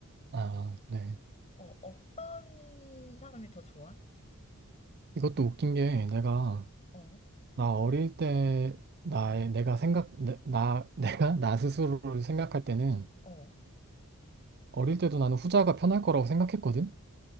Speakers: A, on the right; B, on the left.
A: 아, 그래.
B: 어, 어떤 사람이 더 좋아?
A: 이것도 웃긴 게 내가
B: 어, 어,
A: 나 어릴 때 나의 내가 생각 내, 나 <laughs> 내가 나 스스로를 생각할 때는
B: 어,
A: 어릴 때도 나는 후자가 편할 거라고 생각했거든.